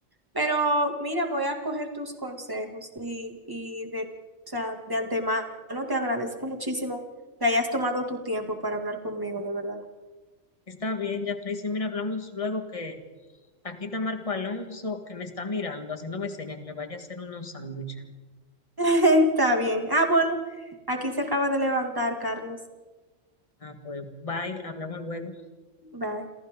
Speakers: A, on the right; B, on the left.
A: Pero mira, voy a coger tus consejos y, y de, o sea, de antemano te agradezco muchísimo que hayas tomado tu tiempo para hablar conmigo, de verdad.
B: está bien, ya Tracy, mira, hablamos luego que aquí está Marco Alonso que me está mirando, haciéndome señas que le vaya a hacer unos sándwiches.
A: <laughs> Está bien. Ah, bueno, aquí se acaba de levantar, Carlos.
B: Ah, pues bye, hablamos luego.
A: Bye.